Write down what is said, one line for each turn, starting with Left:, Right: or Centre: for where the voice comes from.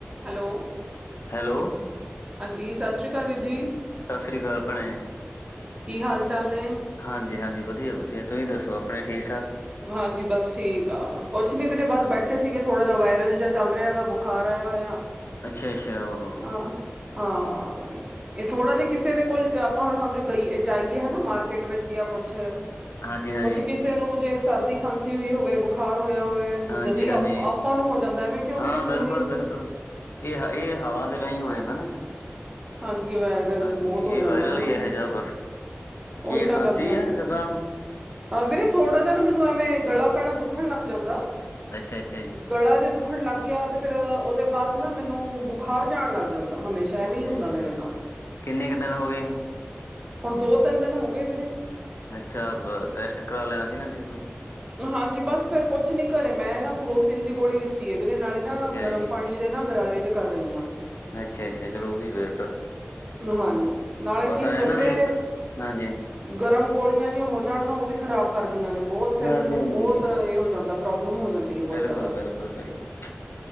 Right: Hello.
Left: Hello.
Right: ਹਾਂਜੀ ਸਸਿ ਸ਼੍ਰੀਕਾਲ ਵੀਰ ਜੀ।
Left: ਸਸਿਰੀ ਕਾਲ ਭੈਣੇ,
Right: ਕੀ ਹਾਲ ਚਾਲ ਨੇ
Left: ਹਾਂਜੀ ਹਾਂਜੀ ਵਧੀਆ ਵਧੀਆ ਤੁਹੀ ਦੱਸੋ। ਆਪਣੇ ਠੀਕ ਠਾਕ
Right: ਹਾਂਜੀ ਬਸ ਠੀਕ ਆ, ਕੁਛ ਨੀ ਵੀਰੇ ਬਸ ਬੈਠੇ ਬੈਠੇ ਸੀਗੇ ਥੋੜ੍ਹਾ ਜਿਹਾ ਵਾਇਰਲ ਜਾ ਚੱਲ ਰਿਹਾਗਾ ਬੁਖਾਰ ਆਇਆ ਹੋਇਆ।
Left: ਅੱਛਾ ਅੱਛਾ ਓ ਹੋ ਹੋ।
Right: ਹਾਂ ਹਾਂ, ਇਹ ਥੋੜਾ ਜਿਹਾ ਕਿਸੇ ਦੇ ਕੋਲ ਆਪਾਂ ਹੁਣ ਸਮਝੋ ਗਈ ਏ ਜਾਈਏ ਹਨਾ ਮਾਰਕੀਟ ਵਿੱਚ ਜਾਂ ਕੁਛ
Left: ਹਾਂਜੀ ਹਾਂਜੀ।
Right: ਕੁਛ ਕਿਸੇ ਨੂੰ ਜੇ ਸਰਦੀ- ਖਾਂਸੀ ਹੋਈ ਹੋਵੇ, ਬੁਖਾਰ ਹੋਇਆ ਹੋਵੇ
Left: ਹਾਂਜੀ
Right: ਜਦੀ,
Left: ਹਾਂਜੀ
Right: ਆਪਾਂ ਨੂੰ ਹੋ ਜਾਂਦਾ ਐਵੇਂ ਕਿਉਂ
Left: ਹਾਂ
Right: ਵੀਰੇ ਮੈਨੂੰ
Left: ਬਿਲਕੁਲ
Right: ਵੀ
Left: ਬਿਲਕੁਲ ਇਹ, ਇਹ ਹਵਾ ਦੇ ਰਾਹੀਂ ਹੋ ਜਾਂਦਾ ਨਾ ਤਾਂ
Right: ਹਾਂਜੀ ਵਾਇਰਲ
Left: ਹਾਂਜੀ,
Right: ਬਹੁਤ
Left: ਇਹ
Right: ਹੋ ਜਾਂਦਾ
Left: ਵਾਇਰਲ
Right: ਨਾ
Left: ਈ ਇਹੋ ਜਿਹਾ ਬਸ
Right: ਉਹੀ
Left: ਕੀ
Right: ਤਾਂ
Left: ਖਾਂਸੀ
Right: ਗੱਲ ਆ
Left: ਐ
Right: ਵੀਰੇ
Left: ਜੁਕਾਮ
Right: ਵੀਰੇ ਥੋੜਾ ਜ ਨਾ ਮੈਨੂੰ ਐਵੇਂ ਗਲਾ ਪੈਣਾ ਦੁੱਖਣ ਲੱਗ ਜਾਂਦਾ
Left: ਅੱਛਾ ਅੱਛਾ ਜੀ।
Right: ਗਲਾ ਜੇ ਦੁੱਖਣ ਲੱਗ ਗਿਆ ਤੇ ਫਿਰ ਉਹਦੇ ਬਾਅਦ ਨਾ ਮੈਨੂੰ ਬੁਖਾਰ ਜਾ ਆਣ ਲੱਗ ਜਾਂਦਾ। ਹਮੇਸ਼ਾ ਐਵੇਂ
Left: ਅੱਛਾ
Right: ਈ ਹੁੰਦਾ
Left: ਅੱਛਾ
Right: ਮੇਰੇ ਨਾਲ।
Left: ਕਿੰਨੇ ਕੁ ਦਿਨ ਹੋ ਗਏ
Right: ਹੁਣ ਦੋ- ਤਿੰਨ ਦਿਨ ਹੋ ਗਏ ਵੀਰੇ।
Left: ਅੱਛਾ ਵ ਟੈਸਟ ਕਰਾ ਲੈਣਾ ਸੀ ਨਾ ਤੁਹੀ।
Right: ਹਾਂਜੀ ਬਸ ਫਿਰ ਕੁਛ ਨੀ ਘਰੇ ਮੈਂ ਨਾ ਕਰੋਸੀਨ ਦੀ ਗੋਲੀ ਲੀ। ਲਿੱਤੀ ਆ ਵੀਰੇ ਨਾਲੇ ਨਾ
Left: ਅੱਛਾ
Right: ਗਰਮ
Left: ਜੀ
Right: ਪਾਣੀ ਦੇ ਨਾ ਗਰਾਰੇ ਜ ਕਰ ਰਹੀ ਆ।
Left: ਅੱਛਾ ਅੱਛਾ ਚਲੋ ਉਹ ਵੀ ਵੇਟ
Right: ਹਾਂਜੀ, ਨਾਲੇ
Left: ਬਟ
Right: ਕੀ
Left: ਇਹ
Right: ਹੁੰਦਾ
Left: ਨਾ
Right: ਵੀਰੇ
Left: ਵੀ ਹਾਂਜੀ
Right: ਗਰਮ ਗੋਲੀਆਂ ਜਿਆਂ ਹੋ ਜਾਣ ਨਾ ਉਹ ਵੀ ਖ਼ਰਾਬ ਕਰਦੀਆਂ ਨੇ ਬਹੁਤ ਫਿਰ
Left: ਹਾਂਜੀ
Right: ਮੈਨੂੰ
Left: ਹਾਂਜੀ
Right: ਬਹੁਤ ਇਹ ਹੋ ਜਾਂਦਾ। ਪ੍ਰੋਬਲਮ ਹੋ ਜਾਂਦੀ। ਹੈ ਬਹੁਤ
Left: ਬਿਲਕੁਲ
Right: ਜ਼ਿਆਦਾ
Left: ਬਿਲਕੁਲ। ਬਿਲਕੁਲ,